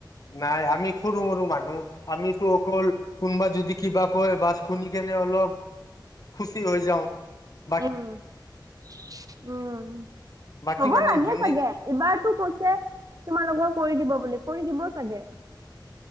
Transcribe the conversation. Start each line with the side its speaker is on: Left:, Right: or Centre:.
Left: নাই আমি সৰু মৰু মানুহ আমিতো অকল কোনোবা যদি কিবা কয় বাছ খুনি কেনে অলপ খুচি হৈ যাওঁ ৷
Right: উম-উম
Left: বাকী
Right: হব
Left: মানে
Right: লাগে
Left: যোনে
Right: চাগে এইবাৰতো কৈছে তোমালোকৰ কৰি দিব বুলি কৰি দিব মাজে <unintelligible>